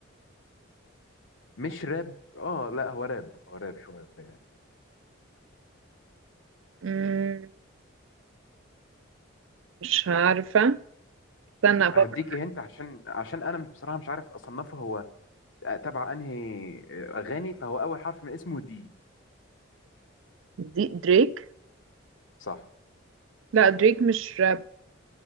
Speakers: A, on the left (about 65°); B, on the right (about 70°).
A: مش راب اه لا هو راب هو راب شويه يعني
B: مم، مش عارفة استنى افكر
A: هديكي هنت عشان عشان انا بصراحه مش عارف اصنفه هو تبع انهي آه، اغاني فهو اول حرف من اسمه دي
B: دي دريك
A: صح
B: لا دريك مش راب